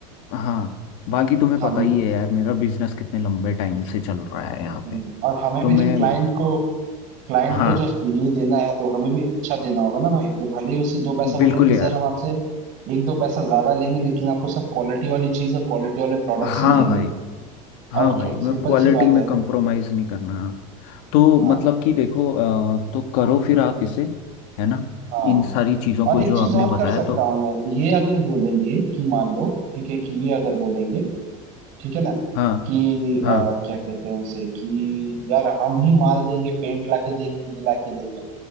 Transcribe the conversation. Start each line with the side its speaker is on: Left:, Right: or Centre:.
Left: हाँ बाकी तुम्हें
Right: हमें
Left: पता ही है यार मेरा बिजनेस कितने लंबे टाइम से चल रहा है यहाँ
Right: हम्म,
Left: पे
Right: और हमें
Left: तो
Right: भी
Left: मैं
Right: जो क्लाइंट को क्लाइंट
Left: हाँ
Right: को जो रिव्यू देना है तो हमें भी अच्छा देना होगा ना भाई तो भले ही उससे दो पैसा बोलेंगे
Left: बिल्कुल
Right: कि
Left: यार
Right: सर हम आपसे एक दो पैसा ज्यादा लेंगे लेकिन आपको सब क्वालिटी वाली चीज और क्वालिटी वाले प्रोडक्ट्स
Left: हाँ
Right: ही देंगे
Left: भाई हाँ
Right: और
Left: भाई
Right: क्या
Left: मैं
Right: सिंपल
Left: क्वालिटी
Right: सी बात
Left: में
Right: है
Left: कंप्रोमाइज़ नहीं करना तो
Right: हाँ
Left: मतलब कि देखो अ, तो करो फिर आप इसे है ना
Right: हाँ
Left: इन सारी चीज़ों
Right: और
Left: को
Right: एक
Left: जो
Right: चीज
Left: आपने
Right: और
Left: बताया
Right: कर सकता
Left: तो
Right: हूँ यार ये अगर बोलेंगे कि मान लो ठीक है कि ये अगर बोलेंगे ठीक है ना
Left: हाँ
Right: कि अ,
Left: हाँ
Right: क्या कहते हैं उसे कि यार हम ही माल देंगे पेंट लाके देंगे ये लाके देंगे